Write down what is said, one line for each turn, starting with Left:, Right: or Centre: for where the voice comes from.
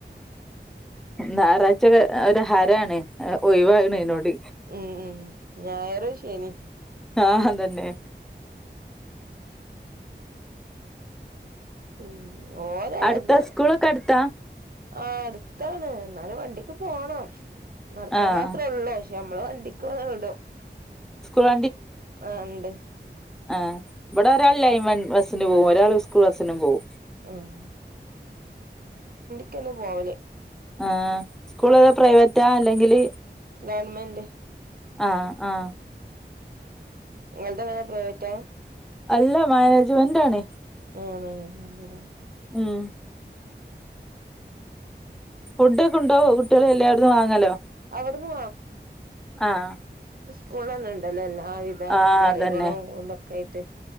Centre: ഞായറാഴ്ചൊക്കെ ഒര് ഹരാണ് ഒഴിവാണീനോട്
Right: ഉം ഉം ഞായറ് ശനി
Centre: ആഹ് അതന്നെ
Right: ഉം ഓലത്
Centre: അടുത്താ സ്കൂളൊക്കെ അടുത്താ
Right: ആട്ത്താണ് എന്നാലും വണ്ടി ക്ക് പോണം നടക്കാൻ
Centre: ആഹ്
Right: മാത്രേള്ളൂ പക്ഷെ നമ്മള് വണ്ടിക്ക് വിടും
Centre: സ്കൂള
Right: ആഹ് ണ്ട്
Centre: ആ ഇവിടെ ഒരാൾ ലൈൻ ബസ്സിന് പോവും ഒരാൾ സ്കൂൾ ബസ്സിന് പോവും
Right: ഉം ക്ക്ന്ന് പോവല്
Centre: ആഹ് സ്കൂളേതാ പ്രൈവറ്റാ അല്ലെങ്കില്
Right: ഗവൺമെന്റ്
Centre: ആഹ് ആ
Right: നിങ്ങൾതൊക്കെ പ്രൈവറ്റാ
Centre: അല്ല മാനേജ്മെന്റ് ആണ്
Right: ആഹ് മാനേജ്മെൻ്റാണ്
Centre: ഉം ഫുഡോക്കെ കൊണ്ടോവോ കുട്ട്യാളെ ല്ലേ അവടന്ന് വാങ്ങലോ
Right: അവിടുന്ന്
Centre: ആഹ്
Right: സ്കൂള്ലെന്നെ ഇണ്ടല്ലോ എല്ലാവിധ
Centre: ആഹ്
Right: കറികളും
Centre: അതന്നെ
Right: തൊക്കെആയിട്ട്